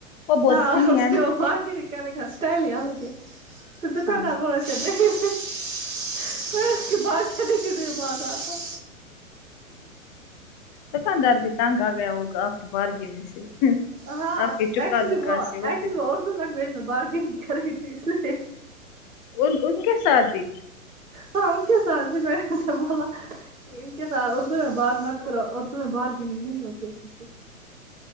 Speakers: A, on the left (about 30°); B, on the right (about 80°).
A: وہ بہت
B: ہاں
A: فنی
B: اس
A: ہے
B: کی
A: نا
B: وہ باق کرے کا اسٹائل ہی الگ ہے دکا
A: ہاں
B: ندار ب <unintelligible>
A: دکاندار بھی تنگ آ گیا ہوگا آپ کے بارگن سے
B: ہاں
A: آپ
B: ایکچولی
A: دکا
B: وہ
A: سے
B: ایکچولی
A: بھی
B: وہ اور لینگویج میں بارگنگ کر رہی تھی اس لیے
A: ان ان کے ساتھ بھی
B: ہاں ان کے سال تھے میں نے اسے بولا کہ ان کے ساتھ اردو میں بات مت کرو اردو میں بارگیننگ نہیں ہوتی اچھے سے